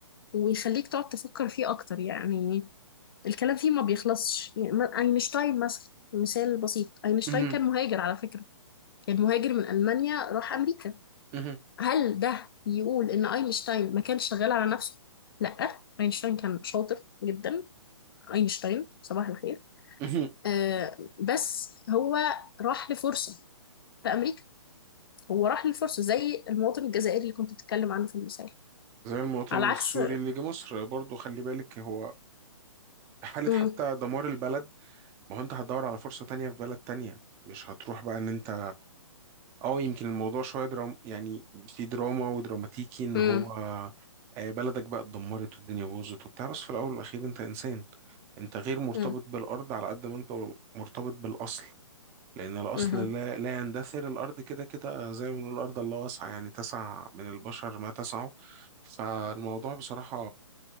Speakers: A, on the left; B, on the right.
A: ويخليك تقعد تفكر فيه اكتر يعني الكلام فيه ما بيخلصش يعني ما- اينشتاين مثلا مثال بسيط اينشتاين
B: مهم.
A: كان مهاجر على فكرة كان مهاجر من ألمانيا راح أمريكا
B: مهم.
A: هل ده يقول إن اينشتاين ما كانش شغال على نفسه لا اينشتاين كان شاطر جدا اينشتاين صباح الخير
B: مهم.
A: آه بس هو راح لفرصة في أمريكا هو راح للفرصة زي المواطن الجزائري اللي كنت بتتكلم عنه في المثال
B: زي المواطن
A: على عكس
B: السوري اللي جه مصر برضو خلي بالك هو حالة
A: مم،
B: حتى دمار البلد ما هو انت هتدور على فرصة تانية في بلد تانية مش هتروح بقى ان انت اه يمكن الموضوع شوية درام يعني في دراما ودراماتيكي ان
A: مم،
B: هو آه، بلدك بقى اتدمرت والدنيا باظت وبتاع بس في الاول والاخير انت انسان انت غير مرتبط
A: مم،
B: بالارض على قد ما انت مرتبط بالاصل لان الاصل
A: مم،
B: لا, لا يندثر الارض كده كده زي ما بنقول الارض الله واسعة يعني تسع من البشر ما تسعه فالموضوع بصراحة